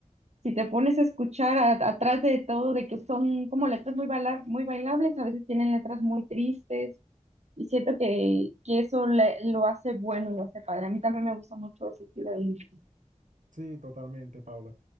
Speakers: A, on the right; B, on the right.
A: Si te pones a escuchar a- atrás de todo, de que son como letras muy, baila- muy bailables, a veces tienen letras muy tristes, y siento que, que eso le- lo hace bueno, lo hace padre. A mí también me gusta mucho ese estilo de música.
B: Sí, totalmente, Paula.